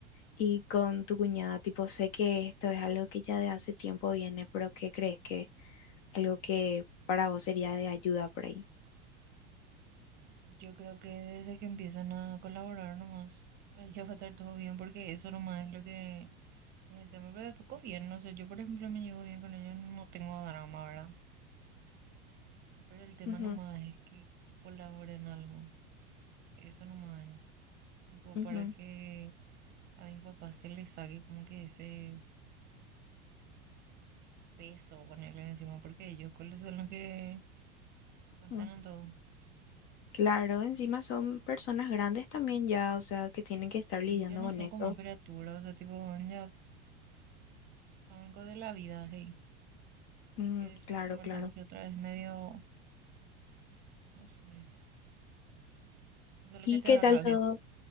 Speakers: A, on the left (about 45°); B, on the right (about 30°).
A: y con tu cuñada? Tipo, sé que esto es algo que ya de hace tiempo viene, pero ¿qué crees que algo que para vos sería de ayuda por ahí?
B: yo creo que desde que empiezan a colaborar nomás, ahí ya va a estar todo bien porque eso nomás es lo que Pues, El tema pero después con bien, no sé, yo por ejemplo me llevo bien con ellos, no tengo drama, ¿verdad? Pero el tema
A: Ujú,
B: nomás es que colaboren en algo, eso nomás es, tipo
A: ujú,
B: para que a mis papás se les saque como que ese peso ponerle encima, porque ellos cuáles son los que gastan
A: ujú.
B: en todo.
A: Claro, encima son personas grandes también ya, o sea, que tienen que estar
B: Y
A: lidiando
B: ya no
A: con
B: son
A: eso.
B: como criaturas, o sea, tipo, ya saben cosas de la vida, hey, y
A: Mm,
B: que se
A: claro,
B: conviertan
A: claro.
B: así otra vez medio, no sé, eso es
A: ¿Y
B: lo que te
A: qué
B: da
A: tal
B: rabia.
A: todo?